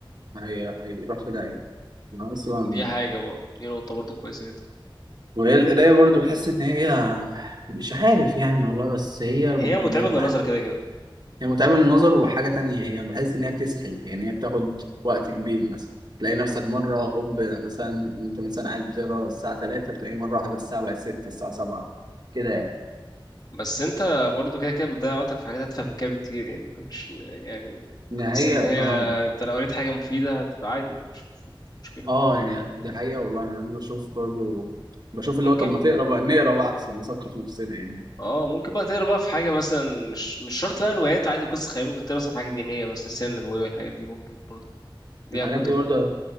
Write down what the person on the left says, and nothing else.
دي حاجه بقى دي نقطه برضه كويسه جدا
هي متعبه
للنظر كده كده
بس انت برضه كده كده بتضيع وقتك في حاجات اتفه من كده بكتير يعني فمش يعني
حاسس
ان هي
انت لو قريت حاجه مفيده هتبقى عادي يعني مش مش مش مشكله
ممكن
اه ممكن بقى تقرا بقى في حاجه مثلا مش مش شرط بقى روايات عادي قصص خياليه ممكن تقرا مثلا في حاجه دينيه مثلا السيره النبويه والحاجات دي ممكن برضه ليها
كتب